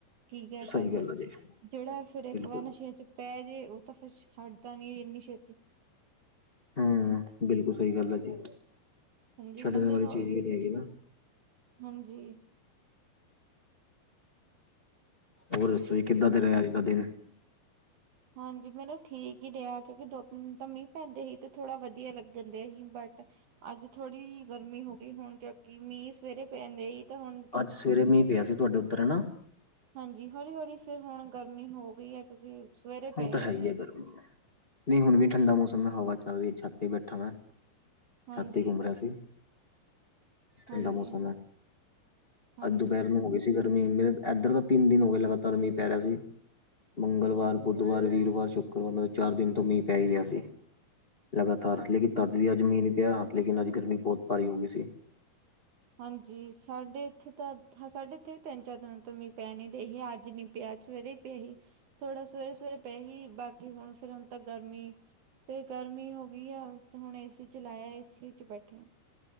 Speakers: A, on the right (about 60°); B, on the left (about 40°).
A: ਕੀ ਕਹਿ ਸਕਦੇ
B: ਸਹੀ ਗੱਲ
A: ਜਿਹੜਾ,
B: ਹੈ ਜੀ
A: ਜਿਹੜਾ ਫੇਰ ਇੱਕ
B: ਬਿਲਕੁਲ
A: ਵਾਰ ਨਸ਼ੇ ਚ ਪੈ ਜੇ ਉਹ ਤਾਂ ਫੇਰ ਸ਼ਾਡ ਤਾ ਨੀ ਐਨੀ ਸ਼ੇਤੀ।
B: ਹੂੰ ਬਿਲਕੁਲ ਸਈ ਗੱਲ ਹੈਗੀ,
A: ਹਾਂਜੀ
B: ਛੱਡਣ
A: ਬੰਦੇ
B: ਵਾਲੀ
A: ਨੂੰ
B: ਚੀਜ਼ ਈ ਨੀਂ ਹੈਗੀ ਨਾ।
A: ਹਾਂਜੀ।
B: ਹੋਰ ਦੱਸੋ ਜੀ ਕਿੱਦਾਂ ਦਾ ਰਿਆ ਅੱਜ ਦਾ ਦਿਨ?
A: ਹਾਂਜੀ ਮੈਨੂੰ ਠੀਕ ਈ ਰਿਆ ਕਿਉਂਕਿ ਦੋ- ਤਿੰਨ ਤਾਂ ਮੀਂਹ ਪੈਂਦੇ ਸੀ ਤੇ ਥੋੜਾ ਵਧੀਆ ਲੱਗਣ ਡੀਆ ਸੀ ਬਟ ਅੱਜ ਥੋੜੀ ਗਰਮੀ ਹੋ ਗਈ ਹੁਣ ਕਿਉਂਕਿ ਮੀਂਹ ਸਵੇਰੇ ਪੈਂਦੇਈ ਤਾਂ ਹੁਣ
B: ਅੱਜ ਸਵੇਰੇ ਮੀਂਹ ਪਿਆ ਸੀ ਤੁਹਾਡੇ ਉੱਧਰ ਹੈ ਨਾ।
A: ਹਾਂਜੀ ਹੌਲੀ- ਹੌਲੀ ਫੇਰ ਹੁਣ ਗਰਮੀ ਹੋ ਗਈ ਹੈ ਕਿਉਂਕਿ ਸਵੇਰੇ ਪਿਆ
B: ਹੁਣ ਤਾਂ
A: ਈ
B: ਹੈ ਹੀ
A: ਮੀਹ।
B: ਹੈ ਗਰਮੀ। ਨਹੀਂ ਹੁਣ ਵੀ ਠੰਡਾ ਮੌਸਮ ਹੈ, ਹਵਾ ਚੱਲ ਰਹੀ ਛੱਤ ਤੇ ਹੀ ਬੈਠਾ ਮੈਂ।
A: ਹਾਂਜੀ।
B: ਛਾੱਤ ਤੇ ਘੁਮੱ ਰੀਆ ਸੀ।
A: ਹਾਂਜੀ,
B: ਠੰਡਾ ਮੌਸਮ ਏ,
A: ਹਾਂਜੀ।
B: ਅੱਜ ਦੁਪਹਿਰ ਮ ਹੋ ਗਈ ਸੀ। ਗਰਮੀ ਮੇਰੇ ਇੱਧਰ ਤਾਂ ਤਿੰਨ ਦਿਨ ਹੋ ਗਏ ਲਗਾਤਾਰ ਮੀਂਹ ਪੈ ਰਿਹਾ ਸੀ। ਮੰਗਲਵਾਰ, ਬੁੱਧਵਾਰ, ਵੀਰਵਾਰ, ਸ਼ੁੱਕਰਵਾਰ ਮਤਲਬ ਚਾਰ ਦਿਨ ਤੋਂ ਮੀਂਹ ਪੈ ਹੀ ਰਿਆ ਸੀ। ਲਗਾਤਾਰ ਲੇਕਿਨ ਤਦ ਵੀ ਅੱਜ ਮਂੀਹ ਨੀਂ ਪਿਆ ਲੇਕਿਨ ਅੱਜ ਗਰਮੀ ਬੋਹਤ ਪਾਰੀ ਹੋ ਗਈ ਸੀ।
A: ਹਾਂਜੀ ਸਾਡੇ ਇੱਥੇ ਤਾਂ ਸਾਡੇ ਇੱਥੇ ਵੀ ਤਿੰਨ- ਚਾਰ ਦਿਨਾਂ ਤੋਂ ਮੀ ਪਿਆ ਨ ਦੇ ਹੀ ਅੱਜ ਮੀਂਹ ਪਿਆ ਸਵੇਰੇ ਪਏ ਹੀ, ਥੋੜਾ ਸਵੇਰੇ- ਸਵੇਰੇ ਪਏ ਹੀ ਬਾਕੀ ਹੁਣ ਫੇਰ ਹੁਣ ਤਾ ਗਰਮੀ ਫੇਰ ਗਰਮੀ ਹੋ ਗਈ ਆ ਤੇ ਹੁਣ ਏ ਸੀ ਚਲਾਇਆ ਏ ਸੀ ਚ ਬੈਠੇ ਆ।